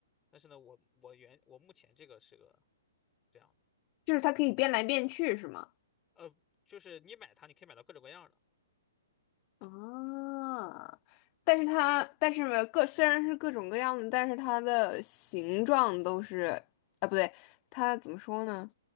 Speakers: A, on the left; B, on the left.
A: 但是呢，我我原我目前这个是个这样的，
B: 就是它可以变来变去，是吗？
A: 呃，就是你买它，你可以买到各种各样的，
B: 啊，但是它，但是各虽然是各种各样的，但是它的形状都是，啊，不对，它怎么说呢？